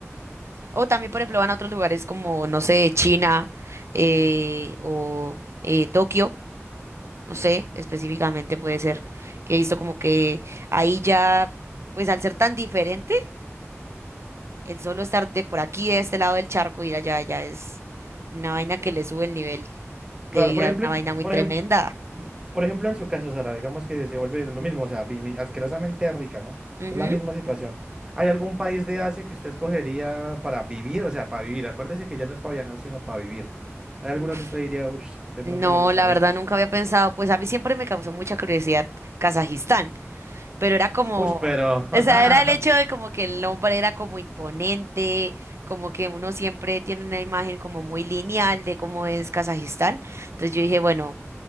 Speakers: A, on the right (about 60°); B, on the right (about 20°).
A: O también, por ejemplo, van a otros lugares como, no sé, China eh, o eh, Tokio, no sé, específicamente puede ser que he visto como que ahí ya, pues al ser tan diferente, el solo estar de por aquí, de este lado del charco, ir allá, ya es una vaina que le sube el nivel
B: Claro,
A: de vida,
B: por ejemplo,
A: una
B: en
A: vaina
B: su-
A: muy
B: por
A: tremenda.
B: ejemplo, por ejemplo, en su caso, Sara, digamos que se vuelve lo mismo, o sea, vi- mi- asquerosamente rica, ¿no?
A: Ujú.
B: Es la misma situación. ¿Hay algún país de Asia que usted escogería para vivir? O sea, para vivir. Acuérdese que ya no es para viajar, sino para vivir. ¿Hay
A: Uf,
B: alguno que usted diría, uff, de
A: No,
B: pronto me gustaría?
A: la verdad nunca había pensado, pues a mí siempre me causó mucha curiosidad Kazajistán. pero era como,
B: Uff, pero...
A: o sea, era el hecho
B: <laughs>
A: de como que el hombre era como imponente, como que uno siempre tiene una imagen como muy lineal de cómo es Kazajistán. Entonces yo dije, bueno,